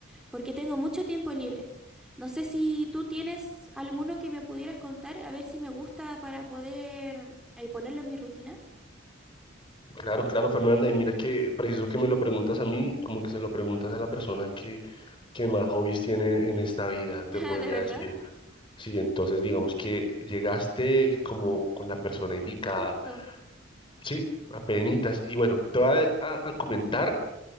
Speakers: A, in the centre; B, on the left (about 25°).
A: porque tengo mucho tiempo libre. No sé si tú tienes alguno que me pudieras contar, a ver si me gusta para poder eh, ponerlo en mi rutina.
B: Claro, claro Fernanda, y mira que preciso que me lo preguntas a mí, como que se lo preguntas a la persona que, que más hobbies tiene en esta vida, te
A: <laughs>
B: podría
A: Ah, ¿de verdad?
B: decir. Sí, entonces digamos que llegaste como con la persona indicada,
A: Justo.
B: sí, apenitas. Y bueno, te voy a, a- a comentar